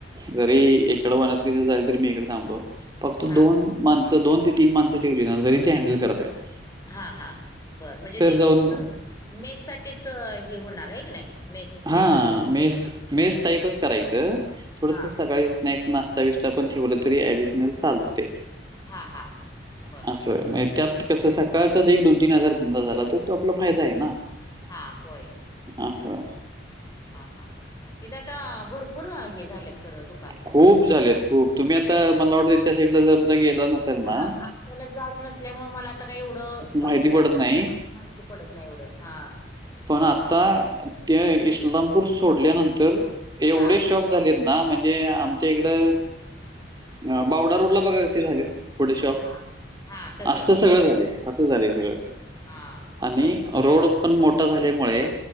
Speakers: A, on the right (about 25°); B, on the left (about 20°).
A: जरी इकडं <unintelligible> झाली तरी मी इकड थांबतो. फक्त
B: हा.
A: दोन मान दोन ते तीन माणसं ठेवली ना, तरी ते हँडल करता येतात.
B: हा हा बरं. म्हणजे ते
A: जाऊन
B: फक्त मेस साठीच हे होणार आहे की नाही. मेस, मेसेच
A: हां,
B: फक्त चालणार.
A: मेस मेस टाईपच करायचं. थोडसं
B: हां
A: सकाळी स्नेक नाश्ता बिश्ता पण ठेवलं, तरी ऍडिशनल चालतंय.
B: हां हां बरं
A: <inaudible> असं म त्यात कसं स सकाळचा एक दोन तीन हजार धंदा झाला तरी तो आपला फायदा आहे ना.
B: हा होय.
A: असं
B: हा हा. तिथे आता भरपूर हे झालेत खरं दुकानं
A: खूप
B: हो
A: झालेत
B: ना
A: खूप. तुम्ही आता मला आवड त्या साईडला समजा गेला
B: मी
A: नसेल
B: आता
A: ना,
B: आजकालच जात नसल्यामुळे, मला आता का एवढं पहिलं
A: माहिती
B: जात
A: पडत
B: होतं
A: नाही.
B: तेव्हा, माहिती पडत नाही एवढं. हा
A: पण आता ते इस्लामपूर सोडल्यानंतर एवढेच
B: हां
A: शॉप झालेत ना. म्हणजे आमच्या
B: हां
A: इकडं अ बावडा रोड ला बघा कसे झालेत फोटोशॉप.
B: हां हां तसं
A: असंच सगळं झालंय, असं झालंय सगळं.
B: हा.
A: आणि रोड पण मोठा झाल्यामुळे